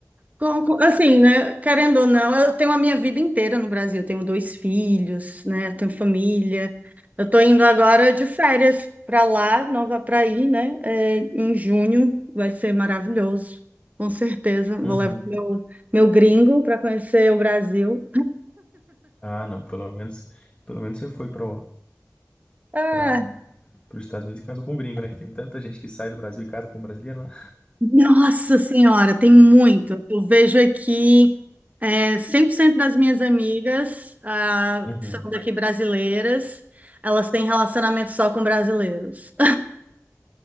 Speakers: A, on the right (about 30°); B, on the left (about 20°).
A: com- com- Assim, né? Querendo ou não, eu tenho a minha vida inteira no Brasil. Eu tenho dois filhos, né? Eu tenho família. Eu tô indo agora de férias para lá, Nova para ir, né? É, em junho vai ser maravilhoso, com certeza. Vou
B: Uhum.
A: levar meu, meu gringo para conhecer o Brasil.
B: Ah, não, pelo menos, pelo menos você foi para
A: Ah,
B: para os Estados Unidos e casou com um gringo, né? Que tem tanta gente que sai do Brasil e casa com um brasileiro, né?
A: Nossa Senhora, tem muito. Eu vejo aqui é, 100% das minhas amigas ah,
B: Uhum.
A: que são daqui brasileiras, elas têm relacionamento só com brasileiros.